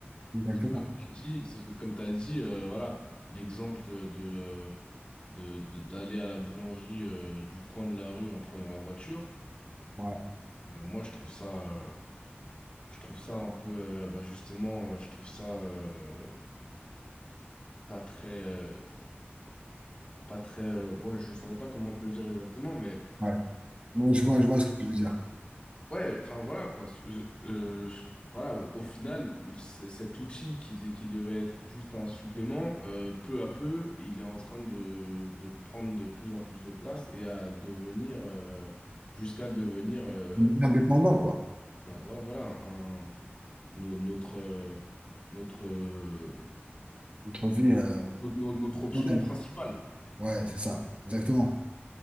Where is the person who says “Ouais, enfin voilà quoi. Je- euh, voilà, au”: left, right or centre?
Left